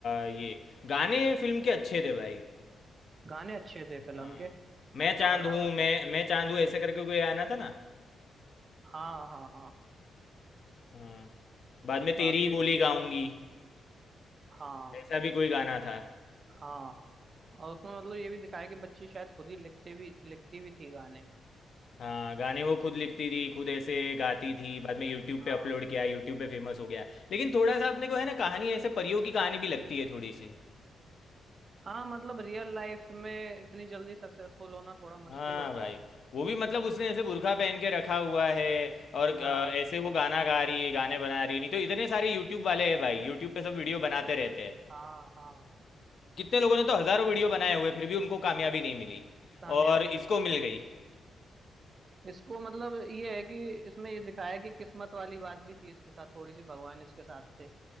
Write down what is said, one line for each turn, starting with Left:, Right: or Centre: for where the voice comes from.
Left: ये गाने फिल्म के अच्छे थे भाई
Right: गाने अच्छे थे फिल्म
Left: हाँ
Right: के
Left: मैं चांद
Right: और
Left: हूँ
Right: अब
Left: मैं मैं चांद हूँ ऐसे करके कोई गाना था ना
Right: हाँ हाँ हाँ
Left: हाँ बाद में
Right: तो
Left: तेरी
Right: काफी
Left: ही
Right: अच्छे
Left: बोली गाऊंगी
Right: हाँ
Left: ऐसा भी कोई गाना था
Right: हाँ और उसमें मतलब ये भी दिखाया कि बच्ची शायद खुद ही लिखते भी लिखती भी थी गाने
Left: हाँ गाने वो खुद लिखती थी खुद ऐसे गाती थी बाद में यूट्यूब
Right: हाँ
Left: पे अपलोड किया यूट्यूब पे फेमस हो गया लेकिन थोड़ा सा अपने को है ना कहानी ऐसे परियों की कहानी भी लगती है थोड़ी सी
Right: हाँ मतलब रियल लाइफ में इतनी जल्दी सक्सेसफुल होना थोड़ा मुश्किल
Left: हाँ
Right: होता
Left: भाई
Right: है
Left: वो भी मतलब उसने ऐसे बुर्खा पहन के रखा हुआ है और
Right: हाँ
Left: अ, ऐसे वो गाना गा रही है गाने बना रही है नहीं तो इतने सारे यूट्यूब वाले हैं भाई यूट्यूब पे सब वीडियो बनाते रहते हैं
Right: हाँ हाँ
Left: कितने लोगों ने तो हजारों वीडियो बनाए हुए फिर भी उनको कामयाबी नहीं मिली
Right: कामयाबी
Left: और
Right: नहीं
Left: इसको मिल गई
Right: इसको मतलब ये है कि इसमें ये दिखाया है कि किस्मत वाली बात भी थी इसके साथ थोड़ी सी भगवान इसके साथ थे